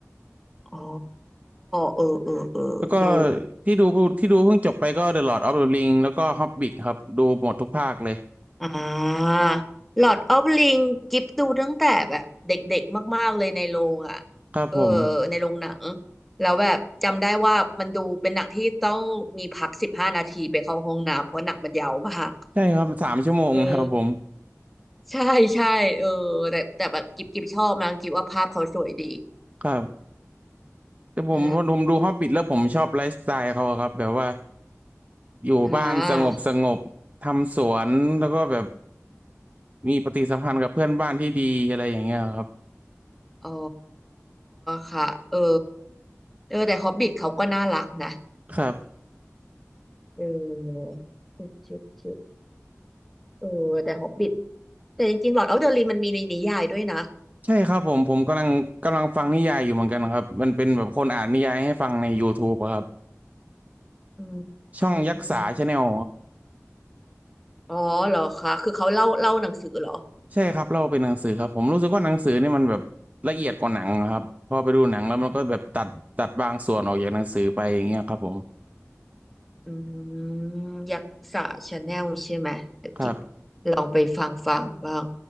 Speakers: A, in the centre; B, on the right (about 30°).
A: อ๋อเออเออเออดู
B: แล้วก็ที่ดูที่ดูเพิ่งจบไปก็ The Lord of the Ring แล้วก็ Hobbit ครับดูหมดทุกภาคเลย
A: อ่าหลอดออฟลิงกิฟดูตั้งแต่แบบเด็กๆมากๆเลยในโรงอ่ะ
B: ครับผม
A: เออในโรงหนังแล้วแบบจำได้ว่ามันดูเป็นหนังที่ต้องมีพักสิบห้านาทีไปเข้าห้องน้ำเพราะหนังมันยาวมาก
B: ใช่ครับสามชั่วโมงครับผม
A: เออใช่ใช่เออแต่แต่แบบกิฟกิฟชอบนะกิฟว่าภาพเขาสวยดี
B: ครับแต่ผมผมดู
A: ใช่
B: Hobbit แล้วผมชอบไลฟ์สไตล์เขาอะครับแบบว่าอยู่บ้านสงบสงบทำสวนแล้วก็แบบ
A: อ่า
B: มีปฏิสัมพันธ์กับเพื่อนบ้านที่ดีอะไรอย่างเงี้ยครับ
A: อ๋อค่ะเออเออแต่ฮอบบิ t เขาก็น่ารักนะ
B: ครับ
A: เออชึบชึบชึบเออแต่ฮอบบิ แต่จริงๆ Lord of the Ring มันมีในนิยายด้วยนะ
B: ใช่ครับผมผมกำลังกำลังฟังนิยายอยู่เหมือนกันครับมันเป็นแบบคนอ่านนิยายให้ฟังใน YouTube อะครับ
A: อื
B: ช่องยักษาชาแนล
A: มอ๋อเหรอคะ คือเขาเล่าเล่าหนังสือเหรอ
B: ใช่ครับเล่าเป็นหนังสือครับผมรู้สึกว่าหนังสือนี่มันแบบละเอียดกว่าหนังครับพอไปดูหนังแล้วมันก็แบบตัดตัดบางส่วนออกจากหนังสือไปอย่างเงี้ยครับผม
A: อืมยักษ์ชาแนลใช่ไหมเดี๋ยวกิฟ
B: ครับ
A: ลองไปฟังฟังบ้าง